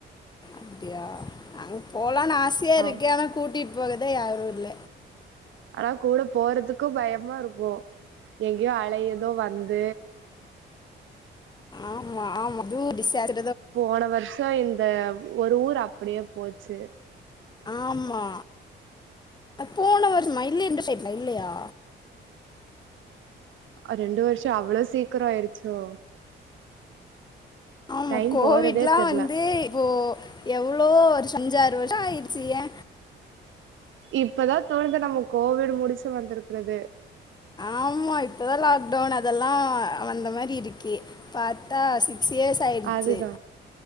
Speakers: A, on the left; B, on the right.
A: அப்டியா அங்க போலான்னு ஆசையா
B: ஆ
A: இருக்கு ஆனா கூட்டிட்டு போகதா யாரும் இல்ல
B: ஆனா கூட போறதுக்கு பயமா இருக்கும் எங்கயோ அலையதோ வந்து
A: ஆமா ஆமா தூ டிஸ்ஆஸ்
B: போன வர்ஷோ இந்த ஒரு ஊர் அப்டியே போச்சு
A: ஆமா அது போன வருஷமா இல்ல இந்த சைட்ல இல்லையா
B: ஆ ரெண்டு வருஷோ அவ்ளோ சீக்கரோ ஆயிடுச்சோ
A: ஆமா
B: டைம்
A: கோவிட்லா
B: போறதே தெர்ல
A: வந்து இப்போ எவ்ளோ வருஷ அஞ்சாறு வருஷோ ஆயிருச்சு ஏ
B: இப்பதா தோணுது நம்ம கோவிட் முடிச்சு வந்திருக்கறது
A: ஆமா இப்பதா லாக்டவுன் அதெல்லா வந்த மாரி இருக்கு பாத்தா சிக்ஸ் இயர்ஸ் ஆயிடுச்சு.
B: அதுதா